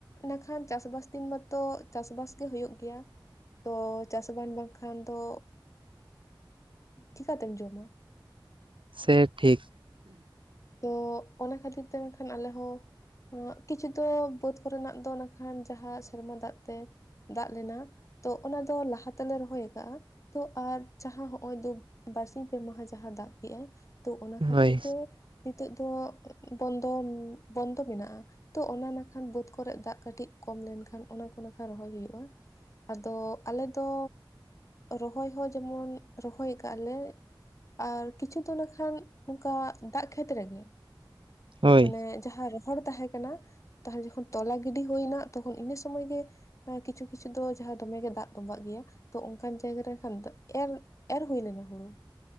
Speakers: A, on the left; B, on the right.
A: ᱱᱟᱠᱷᱟᱱ ᱪᱟᱥᱵᱟᱥ ᱫᱤᱱ ᱢᱟᱛᱚ ᱪᱟᱥᱵᱟᱥ ᱜᱮ ᱦᱳᱭᱳᱜ ᱜᱮᱭᱟ᱾ ᱛᱚ ᱪᱟᱥ-ᱵᱟᱥ ᱵᱟᱝᱠᱷᱟᱱ ᱫᱚ ᱪᱮᱠᱟᱛᱮᱢ ᱡᱚᱢᱟ᱾
B: ᱥᱮ ᱴᱷᱤᱠ᱾
A: ᱛᱚ ᱚᱱᱟ ᱠᱷᱟᱹᱛᱤᱨ ᱛᱮ ᱢᱮᱱᱠᱷᱟᱱ ᱟᱞᱮ ᱦᱚᱸ, ᱟᱸᱜ ᱠᱤᱪᱷᱩ ᱫᱚ ᱵᱟᱹᱫ ᱠᱚᱨᱮᱱᱟᱜ ᱫᱚ ᱱᱟᱠᱷᱟᱱ ᱡᱟᱦᱟᱸ ᱥᱮᱨᱢᱟ ᱫᱟᱜ ᱛᱮ ᱫᱟᱜ ᱞᱮᱱᱟ, ᱛᱚ ᱚᱱᱟ ᱫᱚ ᱞᱟᱦᱟ ᱛᱮᱞᱮ ᱨᱚᱦᱚᱭ ᱠᱟᱜᱼᱟ᱾ ᱛᱚ ᱟᱨ ᱡᱟᱦᱟᱸ ᱦᱚᱸᱜᱼᱚᱭ ᱫᱚ ᱵᱟᱨᱥᱤᱧ ᱯᱮ ᱢᱟᱦᱟ ᱡᱟᱦᱟᱸ ᱫᱟᱜ ᱠᱮᱜᱼᱟᱭ, ᱛᱚ ᱚᱱᱟ ᱠᱷᱟᱹᱛᱤᱨ
B: ᱦᱳᱭ
A: ᱛᱮ ᱱᱤᱛᱚᱜ ᱫᱚ ᱵᱚᱱᱫᱚ ᱵᱚᱱᱫᱚ ᱢᱮᱱᱟᱜᱼᱟ᱾ ᱛᱚ ᱚᱱᱟ ᱱᱟᱠᱷᱟᱱ ᱵᱟᱹᱫᱽ ᱠᱚᱨᱮᱜ ᱫᱟᱜ ᱠᱟᱹᱴᱤᱡ ᱠᱚᱢ ᱞᱮᱱᱠᱷᱟᱱ ᱚᱱᱟ ᱠᱚ ᱱᱟᱠᱷᱟᱱ ᱨᱚᱦᱚᱭ ᱦᱩᱭᱩᱜᱼᱟ᱾ ᱟᱫᱚ ᱟᱞᱮ ᱫᱚ ᱨᱚᱦᱚᱭ ᱦᱚᱸ ᱡᱮᱢᱚᱱ ᱨᱚᱦᱚᱭ ᱠᱟᱜ ᱞᱮ, ᱟᱨ ᱠᱤᱪᱷᱩ ᱫᱚ ᱱᱟᱠᱷᱟᱱ ᱱᱚᱝᱠᱟ ᱫᱟᱜ ᱠᱷᱮᱛ ᱨᱮᱜᱮ,
B: ᱦᱳᱭ
A: ᱢᱟᱱᱮ ᱡᱟᱦᱟᱸ ᱨᱚᱦᱚᱲ ᱛᱟᱦᱮᱸ ᱠᱟᱱᱟ ᱛᱟᱦᱚ ᱡᱚᱠᱷᱚᱱ ᱛᱚᱞᱟ ᱜᱤᱰᱤ ᱦᱩᱭᱱᱟ ᱛᱚᱠᱷᱚᱱ ᱤᱱᱟᱹ ᱥᱚᱢᱚᱭ ᱜᱮ ᱱᱚᱣᱟ ᱠᱤᱪᱷᱩ ᱠᱤᱪᱷᱩ ᱫᱚ ᱡᱟᱦᱟᱸ ᱫᱚᱢᱮᱜ ᱜᱮ ᱫᱟᱜ ᱛᱩᱵᱟᱜ ᱜᱮᱭᱟ, ᱛᱚ ᱚᱱᱠᱟᱱ ᱡᱟᱭᱜᱟ ᱨᱮᱠᱷᱟᱱ ᱫᱚ ᱮᱨ ᱮᱨ ᱦᱩᱭ ᱞᱮᱱᱟ ᱦᱩᱲᱩ᱾